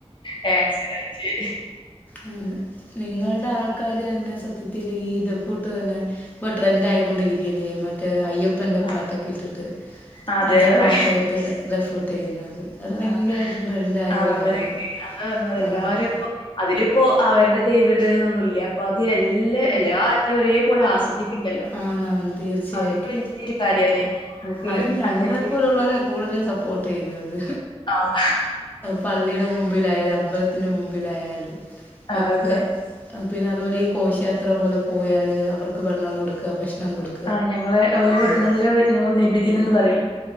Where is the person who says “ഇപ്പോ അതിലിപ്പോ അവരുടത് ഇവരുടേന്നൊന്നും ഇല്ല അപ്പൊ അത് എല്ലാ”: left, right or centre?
Left